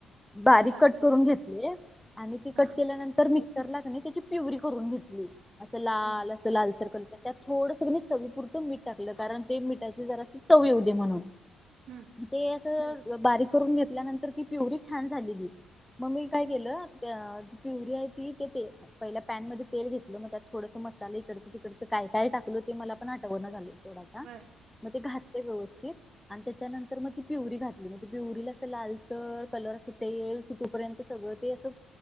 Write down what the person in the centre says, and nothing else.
बारीक
कट करून घेतले. आणि ती कट
केल्यानंतर मिक्सरला कीनाय त्याची प्युरी करून घेतली. अस लाल
अस लालसर कलर त्यात थोडस कीनाय चवीपुरत मीठ टाकल, कारण ते मिठाचे जरा चवी येऊ दे म्हणून.
ते अस बारीक करून घेतल्यानंतर ती प्युरी छान झालेली. मग मी काय केल प्युरी आहे ती ते पहिल्या पॅन मध्ये तेल घेतल मग त्यात थोडस मसाले इकडच तिकडच काय काय टाकल ते मला पण आठवणा झालय सोड आता.
मग ते घातले व्यवस्थित. आणि त्याच्यानंतर मग ती प्युरी घातली म्हणजे प्युरी असं लालच कलर अस तेल सुटपर्यंत सगळ ते अस